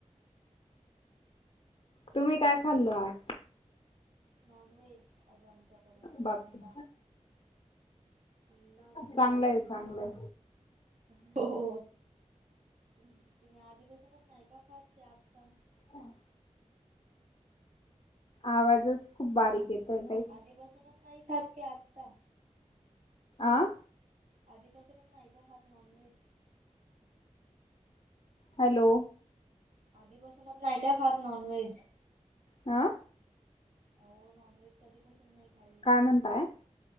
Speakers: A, on the left (about 45°); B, on the right (about 75°).
A: तुम्ही काय खाल्ल आज?
B: Non veg. अग आमच्याकडे
A: बापरे
B: आंबा आंबा बनवलेला
A: चांगलंय
B: आंबा.
A: चांगलंय
B: हो हो, ह्म तुम्ही आधीपसूनच नाही का खात की, आता.
A: ह <inaudible> आवाजच खूप बारीक. येत काय.
B: आधीपासूनच नाही खात की. आत्ता.
A: आ
B: आधीपासून नाही का खात नॉन व्हेज.
A: हॅलो,
B: आधी पासूनच नाही का खात नॉन व्हेज.
A: आ,
B: आओ, नॉनव्हेज कधी पसून नाही खाई.
A: काय म्हणताय.